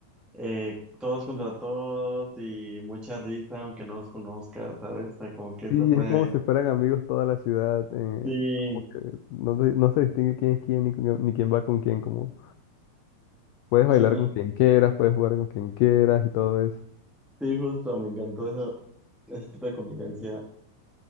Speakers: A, in the centre; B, on the left.
A: eh, todos contra todos y mucha risa, aunque no los conozcas, ¿sabes? O sea, como que eso
B: sí,
A: fue,
B: es como si Bueno, fueran amigos toda la ciudad, eh,
A: sí,
B: como que no, se no se distingue quién es quién ni, con- quién- ni quién va con quién, como puedes bailar
A: sí, no-
B: con quien quieras, puedes jugar con quien quieras y todo eso.
A: sí, justo, me encantó eso, ese tipo de convivencia.